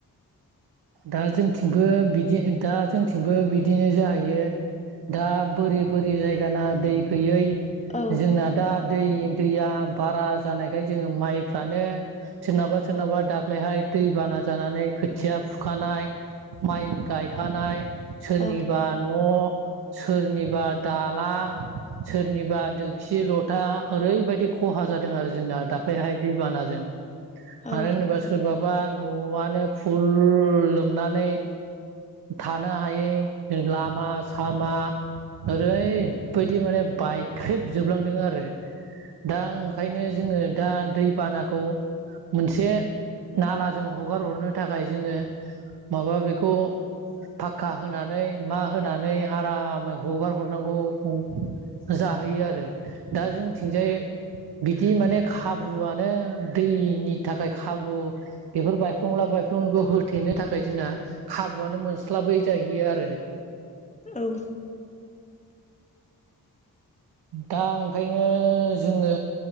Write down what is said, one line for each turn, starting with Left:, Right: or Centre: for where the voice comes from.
Right: दा जोंथिंबो बिदि दा जोंथिंबो बिदिनो जाहैयो। दा बोरि बोरि जायगाना दै गैयै
Left: औ
Right: जोंना दा दै दैया बारा जानायखाय जोङो माइफ्रानो सोरनाबा सोरनाबा दाख्लैहाय दै बाना जानानै खोथिया फुखानाय, माइ गायखानाय सोरनिबा
Left: औ
Right: न' सोरनिबा दालां, सोरनिबा दोखसि लथा ओरैबादि ख हा जादों आरो जोंना दाख्लैहाय दैबानाजों।
Left: औ
Right: मानो होनोबा सोरनाबा न'आनो फुल लोमनानै थानो हायै, लामा सामा ओरैबायदि माने बाइख्रेब जोबलांदों आरो। दा ओंखायनो जोङो दा दैबानाखौ मोनसे नालाजों हगार हरनो था खाय जोङो माबा बेखौ पाक्का होनानै मा होनानै आरामै हगार हरनांगौ जाहोयो आरो दा जोंनिथिंजाय बिदि माने खाबुआनो दैनि थाखाय खाबु बेफोर बायफ्लंला बायफ्लं फ्लंखौ होथेनो थाखाय जोंना खाबुआनो मोनस्लाबै जाहैयो आरो।
Left: औ।
Right: दा ओंखायनो जोङो